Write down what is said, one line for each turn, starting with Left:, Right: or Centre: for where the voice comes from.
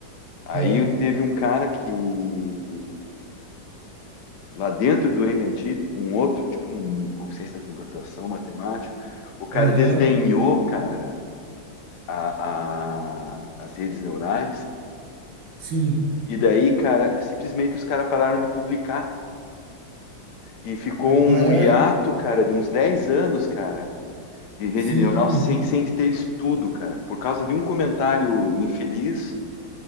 Left: Aí
Right: Ah,
Left: teve um cara que, lá dentro do MIT, um outro, tipo um consciência da computação, matemático, o cara
Right: Aham.
Left: desdenhou, cara, a, a- as redes neurais,
Right: Sim.
Left: e daí, cara, simplesmente os caras pararam de publicar E ficou um
Right: Ah, é?
Left: hiato, cara, de uns 10 anos, cara, de rede
Right: Sim.
Left: neural sem, sem ter estudo, cara, por causa de um comentário infeliz.